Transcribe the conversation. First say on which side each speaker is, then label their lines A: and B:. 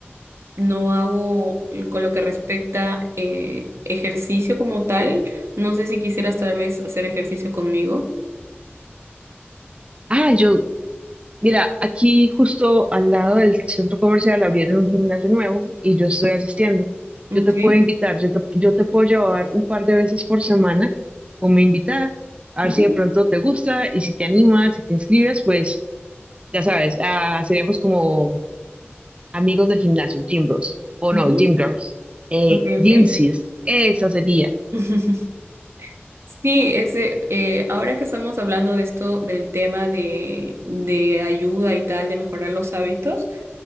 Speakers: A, on the right; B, on the right.
A: no hago con lo que respecta eh, ejercicio como tal. No sé si quisieras tal vez hacer ejercicio conmigo.
B: Ah, yo, mira, aquí justo al lado del centro comercial abrieron un gimnasio nuevo y yo estoy asistiendo.
A: Ok.
B: Yo te puedo invitar, yo te, yo te puedo llevar un par de veces por semana como invitada, a
A: Ujú,
B: ver si de pronto te gusta y si te animas, si te inscribes, pues ya sabes, ah, seríamos como Amigos del gimnasio, gym bros. O
A: ujú.
B: no, gym girls. Eh,
A: Ok,
B: gym
A: ok.
B: sis, esa sería.
A: <laughs> Sí, ese, eh, ahora que estamos hablando de esto, del tema de, de ayuda y tal, de mejorar los hábitos.